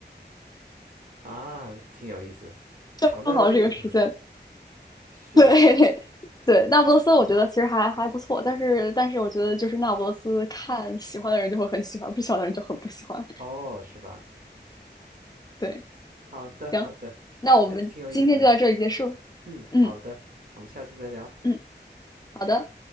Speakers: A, on the right (about 50°); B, on the left (about 20°).
A: 啊，挺有意思，
B: <laughs>
A: 藏在了这个地方。
B: 正好这个时间
A: <laughs> 是，
B: 对 <laughs> 对，那不勒斯我觉得其实还还不错，但是但是我觉得就是那不勒斯看喜欢的人就会很喜欢，不喜欢的人就很不喜欢。
A: 哦，是吧？
B: 对，
A: 好的，
B: 行，
A: 好的，
B: 那我们今天就到这里结束。
A: 这次挺有意思的。嗯，好的，
B: 嗯
A: 我们下次再聊。
B: 嗯，好的。